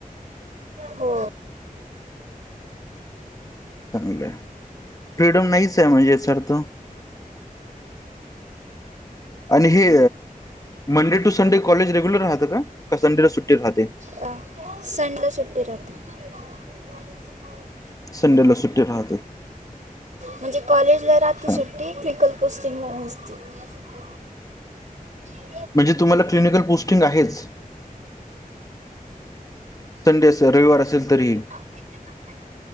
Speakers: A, on the right (about 55°); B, on the left (about 25°).
A: हो.
B: चांगलं फ्रीडम नाहीच काय म्हणजे सरत आणि हे Monday to Sunday college regular राहत का? का संडे ला सुट्टी राहते?
A: अ, संडेला सुट्टी <inaudible>
B: संडेला सुट राहा
A: म्हणजे कॉलेजला राहते
B: छान
A: सुट्टी क्लिकल पोस्टिंगला नसते ते <inaudible>
B: म्हणजे तुम्हाला क्लिनिकल पोस्टिंग आहेच? संडे असेल रविवार असेल तरीही
A: <unintelligible>